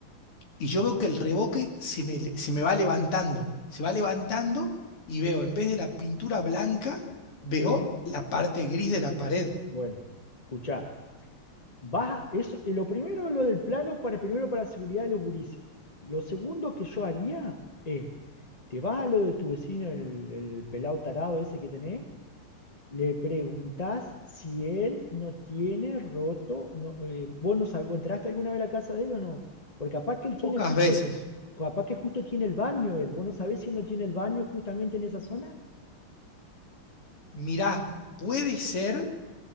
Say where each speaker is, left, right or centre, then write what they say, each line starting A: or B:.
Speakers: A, on the left; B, on the left.
A: y yo veo que el revoque se me, se me va levantando, se va levantando y veo, en vez de la pintura blanca, veo
B: sí.
A: la parte gris de la pared.
B: Bueno, escuchá. Vas, eso, y lo primero es lo del plano para primero para la seguridad de los gurises. Lo segundo que yo haría es, te vas a lo de tu vecino, el, el pelado tarado ese que tenés, le preguntás si él no tiene roto, no, eh, vos no sabés, ¿vos entraste alguna vez a la casa de él o no? Porque capaz que él tiene
A: Pocas
B: justo,
A: veces.
B: el- capaz que justo tiene el baño él, vos no sabés si él no tiene el baño justamente en esa zona.
A: Mirá, puede ser